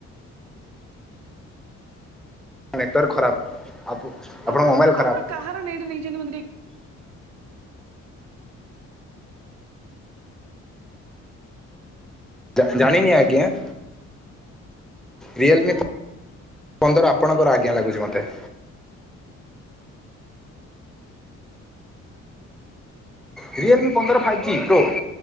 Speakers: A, in the centre; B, on the right.
A: ନେଟୱର୍କ ଖରାପ ଆପ ଆପଣଙ୍କ
B: ଆପଣ
A: ମୋବାଇଲ୍ ଖରାପ।
B: ଆପଣ କାହାର ନେଟେ ନେଇଛନ୍ତି ମତେ ଟିକେ
A: ଜା ଜାଣିନି ଆଜ୍ଞା। ରିଏଲମି ପ ପନ୍ଦର ଆପଣଙ୍କର ଆଜ୍ଞା ଲାଗୁଚି ମତେ। ରିଏଲମି ପନ୍ଦର ଫାଇଭ୍ ଜି ପ୍ରୋ